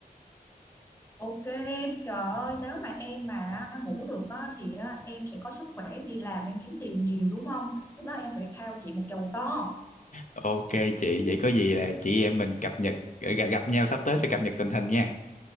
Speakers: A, on the left; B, on the left.
A: ok em trời ơi nếu mà em mà ngủ được á, thì á, em sẽ có sức khỏe em đi làm em kiếm tiền nhiều đúng không lúc đó em phải khao chị một chầu to
B: Ok chị, vậy có gì là chị em mình cập nhật ờ, gặp gặp nhau sắp tới sẽ cập nhật tình hình nha.